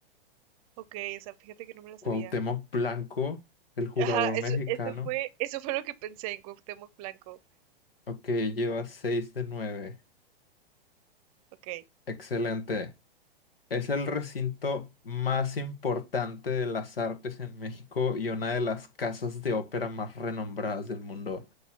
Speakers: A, on the right (about 35°); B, on the left (about 70°).
A: Ok, esa, fíjate que no me la
B: Cuauhtémoc
A: sabía.
B: Blanco, el jugador
A: Ajá, eso,
B: mexicano.
A: eso fue, eso fue lo que pensé en Cuauhtémoc Blanco.
B: Ok, lleva 6 de nueve,
A: Ok.
B: Excelente. Es el recinto más importante de las artes en México y una de las casas de ópera más renombradas del mundo.